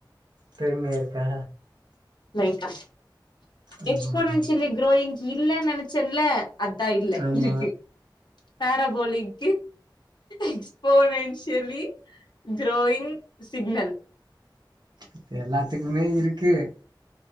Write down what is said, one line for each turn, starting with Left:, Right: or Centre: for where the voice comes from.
Right: பெருமையா இருக்கா
Left: லைட்டா
Right: ம்,
Left: எக்ஸ்போ நன்ஸ் இல்ல க்ரோயிங் இல்லைனு நெனச் செல்ல அதா இல்ல
Right: ஆமா
Left: இருக்கு பேராபோலிங் எக்ஸ்போனன்ஷியலி க்ரோயிங் சிக்னல்
Right: இப்ப எல்லாத்துக்குமே இருக்கு